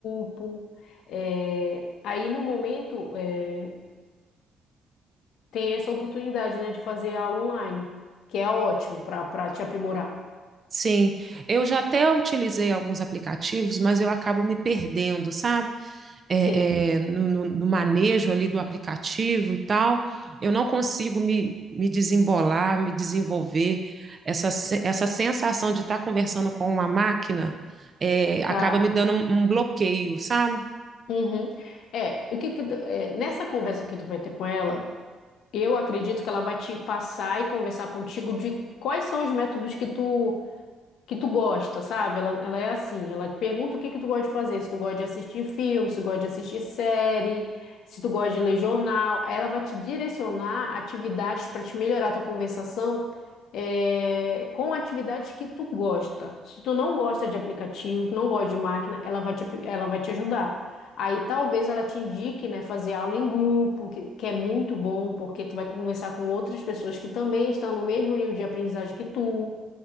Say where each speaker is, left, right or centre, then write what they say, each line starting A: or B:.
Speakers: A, on the left (about 75°); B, on the right (about 30°).
A: grupo. Eh, aí no momento eh, tem essa oportunidade, né, de fazer aula online, que é ótimo para para te aprimorar.
B: Sim, eu já até utilizei alguns aplicativos, mas eu acabo me perdendo, sabe? É,
A: Sim,
B: é, no, no- no manejo ali do aplicativo e tal. Eu não consigo me, me desembolar, me desenvolver. Essa, se- essa sensação de estar conversando com uma máquina, é, acaba
A: tá.
B: me dando um, um bloqueio, sabe?
A: Uhum. É, o que que tu- é, nessa conversa que tu vai ter com ela Eu acredito que ela vai te passar e conversar contigo de quais são os métodos que tu que tu gosta, sabe? Ela, ela é assim, ela te pergunta o que que tu gosta de fazer, se tu gosta de assistir filme, se tu gosta de assistir série, se tu gosta de ler jornal, Aí ela vai te direcionar atividades para te melhorar a tua conversação eh, com atividades que tu gosta. Se tu não gosta de aplicativo, não gosta de máquina, ela vai te, apli- ela vai te ajudar. Aí talvez ela te indique, né, fazer aula em grupo, que, que é muito bom, porque tu vai conversar com outras pessoas que também estão no mesmo nível de aprendizagem que tu.